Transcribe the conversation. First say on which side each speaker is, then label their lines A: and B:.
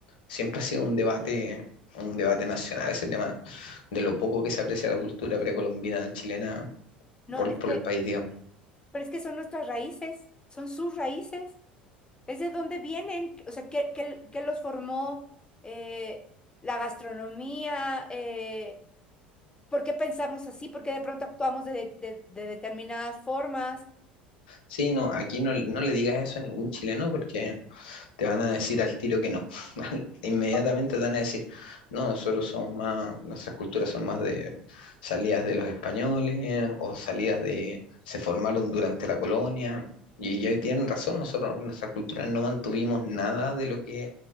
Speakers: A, on the left; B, on the left.
A: Siempre ha sido un debate, un debate nacional ese tema, de lo poco que se aprecia la cultura precolombina chilena
B: No,
A: por,
B: es
A: por
B: que-
A: el país, digamos.
B: pero es que son nuestras raíces, son sus raíces. Es de dónde vienen, o sea, ¿qué, qué- qué los formó? Eh, la gastronomía, eh, ¿por qué pensamos así? ¿Por qué de pronto actuamos de, de- de determinadas formas?
A: Sí, no, aquí no, no le digas eso a ningún chileno porque te van a decir al tiro que no. <laughs> Inmediatamente
B: Ok,
A: te van a decir, no, nosotros somos más, nuestras culturas son más de salidas de los españoles o salidas de, se formaron durante la colonia. Y ya tienen razón, nosotros, nuestra cultura no mantuvimos nada de lo que